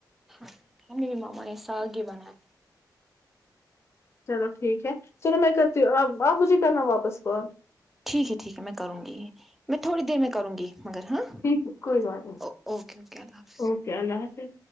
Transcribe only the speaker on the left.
چلو ٹھیک ہے چلو میں کرتی ہوں اپ مجھے کرنا واپس کال
ٹھیک کوئی بات نہیں
اوکے اللہ حافظ